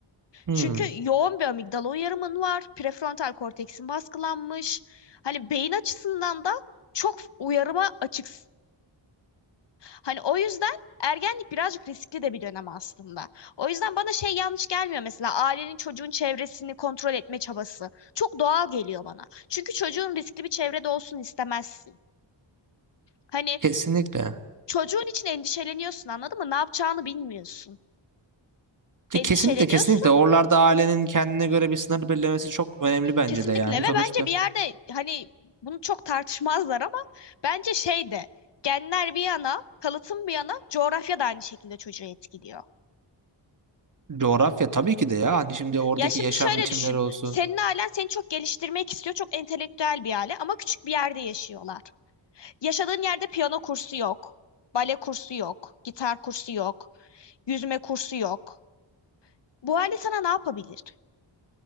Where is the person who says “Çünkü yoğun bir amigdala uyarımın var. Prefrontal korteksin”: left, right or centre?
Left